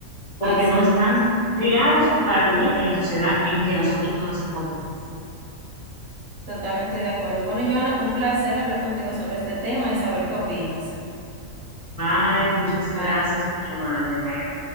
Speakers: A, on the left; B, on the right.
A: porque
B: Así,
A: no están criados para vivir en la sociedad en que nosotros nos desenvolvemos.
B: totalmente de acuerdo. Bueno, Joana, un placer hablar contigo sobre este tema y saber qué opinas.
A: Bye, muchas
B: Bye.
A: gracias por llamarme. Bye.